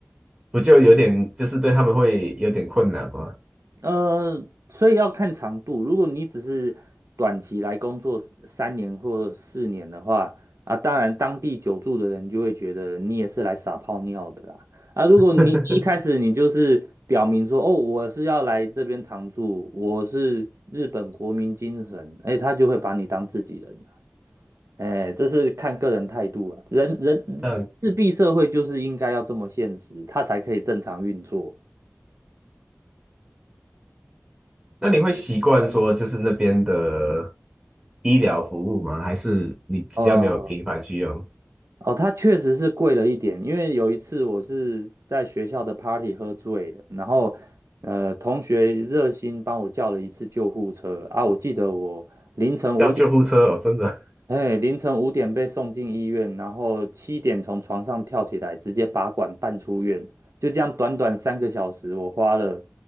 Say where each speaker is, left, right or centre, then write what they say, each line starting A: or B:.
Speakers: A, on the right; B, on the right.
A: 不就有点就是对他们会有点困难吗？
B: 呃，所以要看长度。如果你只是短期来工作三年或四年的话，啊，当然当地久住的人就会觉得你也是来撒泡尿的啦。啊，如果你你一开始你就是表明说，
A: <laughs>
B: 哦，我是要来这边常住，我是日本国民精神，哎，他就会把你当自己人。哎，这是看个人态度啊。人人日币社会就是应该要这么现实，
A: 这样子，
B: 它才可以正常运作。
A: 那你会习惯说就是那边的医疗服务吗？还是你比较没有频繁去用？
B: 哦，哦，它确实是贵了一点，因为有一次我是在学校的 party 喝醉了，然后呃，同学热心帮我叫了一次救护车啊，我记得我凌晨五点，
A: 要救护车哦，真的
B: 哎，凌晨五点被送进医院，然后七点从床上跳起来，直接拔管办出院，就这样短短三个小时，我花了